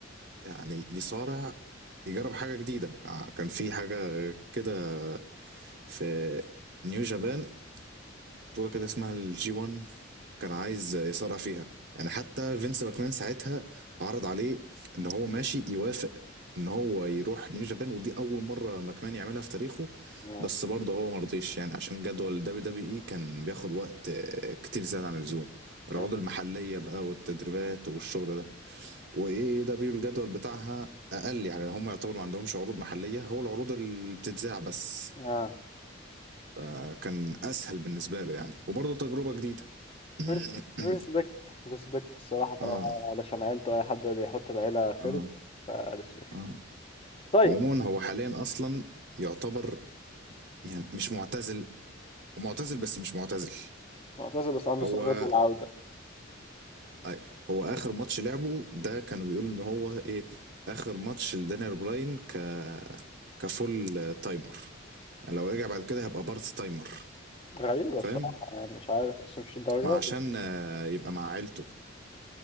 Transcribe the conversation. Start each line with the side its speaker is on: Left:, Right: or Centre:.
Right: يعني يصارع يجرب حاجه جديده ع- كان في حاجه كده في نيو جابان بطولة كده اسمها الجي 1 كان عايز يصارع فيها يعني حتى فينس ماكمان ساعتها عرض عليه ان هو ماشي يوافق ان هو يروح نيو جابان ودي اول مرة ماكمان يعملها في تاريخه
Left: اه
Right: بس برضه هو مرضيش يعني عشان جدول دبليو دبليو اي كان بياخد وقت آه، كتير زيادة عن اللزوم العروض
Left: اه
Right: المحلية بقى والتدريبات والشغل ده وايه دبليو الجدول بتاعها اقل يعني هم يعتبر ما عندهمش عروض محلية هو العروض اللي بتتذاع بس
Left: آه.
Right: فكان اسهل بالنسبه له يعني وبرضه تجربه جديده <clears throat>
Left: ريس- ريسبكت ريسبكت الصراحة طبعا
Right: اه
Left: علشان عيلته أي حد بيحط العيلة فيرست
Right: اه
Left: فريسبكت
Right: اه
Left: طيب
Right: عموما هو حاليا اصلا يعتبر يعني مش معتزل معتزل بس مش معتزل
Left: معتذر بس عنده
Right: هو
Left: استعداد للعودة
Right: أي هو اخر ماتش لعبه ده كانوا بيقولوا ان هو ايه اخر ماتش لدانيال براين ك كفول تايمر يعني لو رجع بعد كده هيبقى بارت تايمر
Left: غريبة
Right: فاهم
Left: الصراحة يعني مش عارف أصلا مش الدرجة
Right: ما عشان آه، يبقى مع عيلته